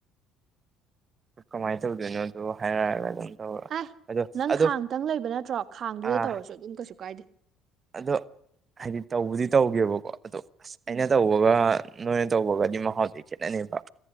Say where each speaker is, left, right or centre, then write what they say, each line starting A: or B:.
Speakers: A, on the right; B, on the right.
A: ꯀꯃꯥꯏꯅ ꯇꯧꯗꯣꯏꯅꯣꯗꯣ ꯍꯥꯏꯔꯛꯑꯒ ꯑꯗꯨꯝ ꯇꯧꯔ
B: ꯑꯦ
A: ꯑꯗꯣ
B: ꯅꯪ
A: ꯑꯗꯣ
B: ꯈꯥꯡꯇꯪ ꯂꯩꯕ ꯅꯠꯇ꯭ꯔꯣ ꯈꯥꯡꯗꯨꯗ
A: ꯑꯥ
B: ꯇꯧꯔꯁꯨ ꯑꯗꯨꯝ ꯀꯩꯁꯨ ꯀꯥꯏꯗꯦ
A: ꯑꯗꯣ ꯍꯥꯏꯗꯤ ꯇꯧꯕꯨꯗꯤ ꯇꯧꯒꯦꯕꯀꯣ ꯑꯗꯣ ꯑꯁ ꯑꯩꯅ
B: ꯎꯝ
A: ꯇꯧꯕꯒ ꯅꯣꯏꯅ ꯇꯧꯕꯒꯗꯤ ꯃꯍꯥꯎꯗꯤ ꯈꯦꯠꯅꯅꯤꯕ